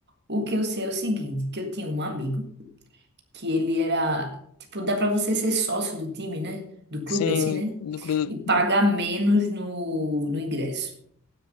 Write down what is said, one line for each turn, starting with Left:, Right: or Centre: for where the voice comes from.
Right: O que eu sei é o seguinte, que eu tinha um amigo que ele era, tipo, dá pra você ser sócio do time, né? Do clube
Left: Sim,
Right: assim, né?
Left: do, Cru-
Right: E pagar
Left: do...
Right: menos no, no ingresso.